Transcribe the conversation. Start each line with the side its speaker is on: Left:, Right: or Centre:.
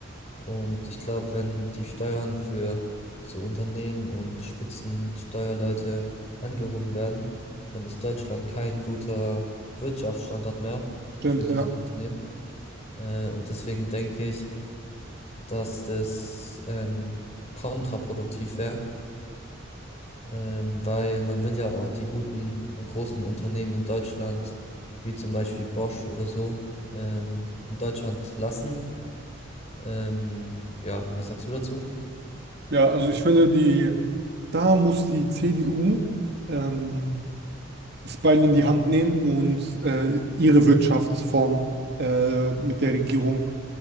Left: Und ich glaube, wenn die Steuern für so Unternehmen und Spitzensteuerleute angehoben werden, dann ist Deutschland kein guter Wirtschaftsstandort mehr
Right: Stimmt,
Left: für diese
Right: ja.
Left: Unternehmen. Äh, und deswegen denke ich, dass das ähm, kontraproduktiv wäre, ähm, weil man will ja auch die guten und großen Unternehmen in Deutschland, wie zum Beispiel Bosch oder so, ähm, in Deutschland lassen. Ähm, ja, was sagst du dazu?
Right: Ja, also ich finde, die, da muss die CDU ähm, das Beil in die Hand nehmen und äh, ihre Wirtschaftsform äh, mit der Regierung